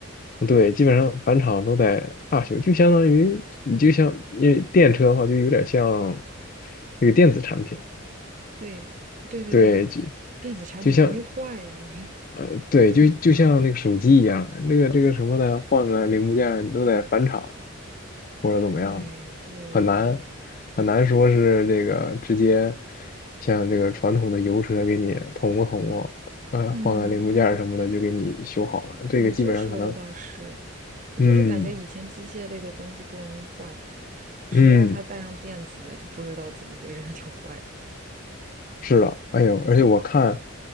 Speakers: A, on the left (about 40°); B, on the right (about 35°).
A: 对，基本上返厂都得大修，就相当于你就像因为电车的话，就有点像那个电子产品，
B: 对，对对对对，
A: 对，就
B: 电子产品容易坏呀。
A: 就像
B: <laughs>
A: 呃，对，就就像那个手机一样，那个这个什么的，换个零部件儿你都得返厂或者怎么样，
B: 对对对，
A: 很难很难说是这个直接像这个传统的油车给你捅咕捅咕，呃，
B: 嗯，
A: 换个零部件儿什么的就给你修好了，这个基本上可能，
B: 你这说的倒是，我就是感觉以前机械类的东西不容易坏，
A: 嗯
B: 只要它带上电子的，
A: 嗯。
B: 就不知道怎么回事它就坏了。
A: 是的，哎呦，而且我看，